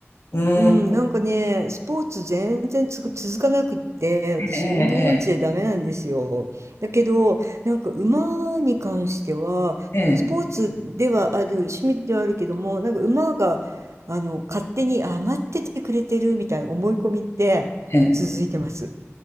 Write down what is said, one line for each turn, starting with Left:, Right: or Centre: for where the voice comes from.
Left: うん。
Right: うん、なんかね、スポーツ全然つく続かなくって、私運動音痴でダメなんですよ。
Left: ええ、
Right: だけど、なんか馬に関しては、
Left: ええ、
Right: スポーツではある、趣味ではあるけども、なんか馬が、あの、勝手に余っててくれてるみたいな思い込みで続いてます。
Left: ええ、ええ。